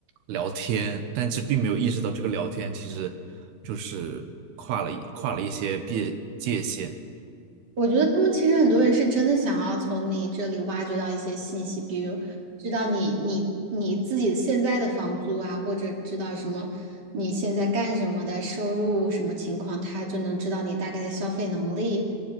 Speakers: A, on the right; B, on the right.
A: 聊天，但是并没有意识到这个聊天其实就是跨了一跨了一些界界限。
B: 我觉得他们其实很多人是真的想要从你这里挖掘到一些信息，比如知道你你你自己现在的房租啊，或者知道什么你现在干什么的收入什么情况，他就能知道你大概的消费能力，